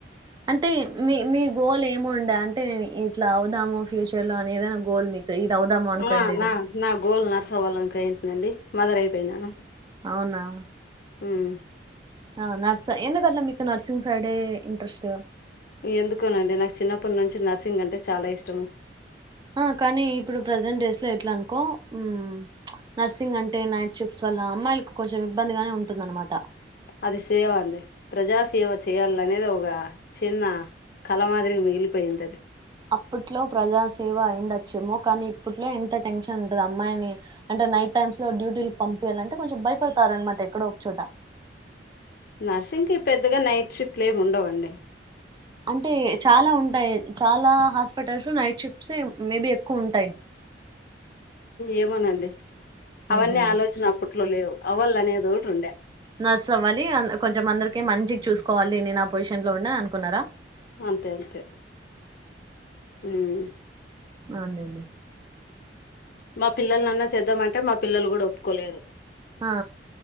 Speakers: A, on the right (about 25°); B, on the left (about 55°).
A: అంటే మీ మీ గోల్ ఏముండ అంటేే ఇట్లా అవుదాము ఫ్యూచర్ లో అని ఏదైనా గోల్ మీకు ఇది అవుదాము అనుకోండేది
B: ఆ నా గోల్ నర్స్ అవ్వాలనుకున్నాను కానీ మదర్ అయిపోయినాను
A: అవునా
B: ఉమ్
A: ఆ నర్స్ ఎందుకసలు మీకు నర్సింగ్ సైడే ఇంట్రెస్ట్
B: ఎందుకోనండి నాకు చిన్నప్పటి నుంచి నర్సింగ్ అంటే చాలా ఇష్టము
A: ఆ కానీ ఇప్పుడు ప్రజెంట్ డేస్ లో ఎట్లా అనుకో ప్చ్ నర్సింగ్ అంటే నైట్ షిఫ్ట్ వల్ల అమ్మాయిలకు కొంచెం ఇబ్బందిగానే ఉంటుందన్నమాట
B: అది సేవ అండి ప్రజా సేవ చేయాలనేది ఒక చిన్న కల మాదిరికి మిగిలిపోయింది అది
A: అప్పట్లో ప్రజాసేవ అయి ఉండొచ్చేమో కానీ ఇప్పట్లో ఎంత టెన్షన్ ఉంటది అమ్మాయిని అంటే నైట్ టైమ్స్ లో డ్యూటీలు పంపియాలంటే కొంచెం భయపడతారన్నమాట ఎక్కడో ఒక చోట
B: నర్సింగ్ కి పెద్దగా నైట్ షిఫ్ట్ లు ఏమి ఉండవండి
A: అంటే చాలా ఉంటాయి చాలా హాస్పిటల్స్ నైట్ షిఫ్ట్స్ మేబి ఎక్కువ ఉంటాయి
B: ఏమోనండి అవన్నీ
A: మ్మ్ హ్మ్
B: ఆలోచన అప్పట్లో లేవు అవల్ అనేది ఒకటి ఉండే
A: నర్స్ అవ్వాలి కొంచెం అందరిని మంచికి చూసు కోవాలి నేను ఆ పొజిషన్లో ఉండాలి అని అనుకున్నారా
B: అంతే అంతే మ్మ్
A: ప్చ్ అండి
B: మా పిల్లలు చేద్దామంటే మా పిల్లలు కూడా ఒప్పుకోలేదు
A: ఆ హా